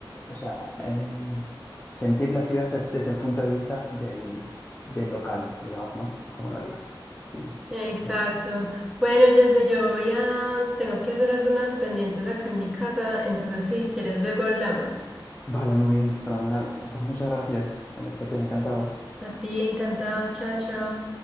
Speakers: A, on the left; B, in the centre.
A: o sea, em, sentir la ciudad des- desde el punto de vista del, del local, digamos, ¿no? Como lo haría. Mm,
B: exacto.
A: interesante.
B: Bueno, Jense, yo voy a, tengo que hacer algunas pendientes acá en mi casa, entonces si quieres luego hablamos.
A: Vale, muy bien, fenomenal. Eh, Pues muchas gracias, eh, Tatiana, encantado.
B: A ti, encantado, chao, chao.